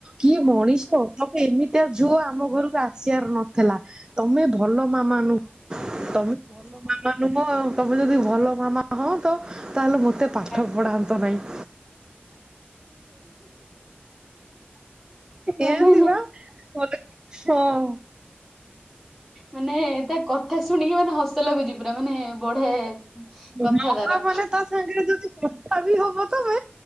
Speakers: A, on the right; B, in the centre.
A: କି ମଣିଷ? ତମେ ଏମିତିଆ ଝିଅ ଆମ ଘରକୁ ଆସିବାର ନଥିଲା ତମେ ଭଲ ମା ମା ନୁହେଁ। ତମେ ଭଲ ମାମା ନୁହଁ ଆଉ ତମେ ଯଦି ଭଲ ମାମା ହଅ ତ ତାହେଲେ ମତେ। ଏତେ ପାଠ
B: ଆଜ୍ଞା
A: ପଢ଼ାନ୍ତ ନାହିଁ।
B: ମାନେ
A: ଏମେତି ପା ମୋତେ ହଅ।
B: ମାନେ ତା କଥା ଶୁଣିକି ମାନେ ହସ ଲାଗୁଛି ପୁରା ମାନେ ବଢିଆ।
A: ହ
B: କଥା ତାର
A: ପା ମାନେ ତା ସାଙ୍ଗରେ ଯଦି କଥା ବି ହବ ତମେ